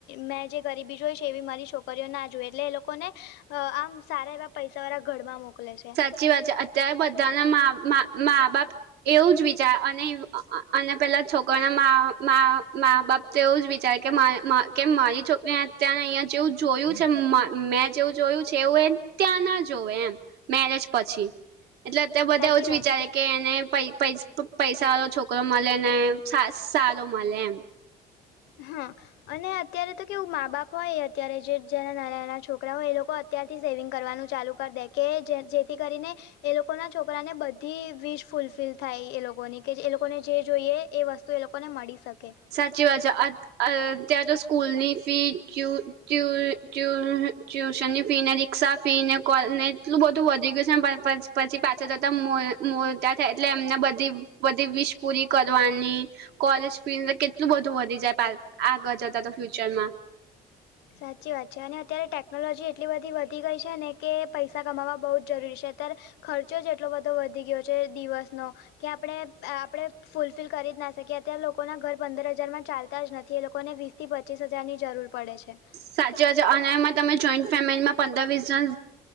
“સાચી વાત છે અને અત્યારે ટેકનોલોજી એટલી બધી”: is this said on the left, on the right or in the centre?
Left